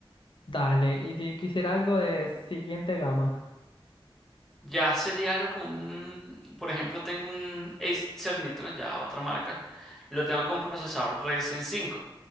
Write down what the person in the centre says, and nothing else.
Ya sería algo con un, por ejemplo, tengo un Acer Nitro, ya otra marca, lo tengo con procesador Ryzen 5.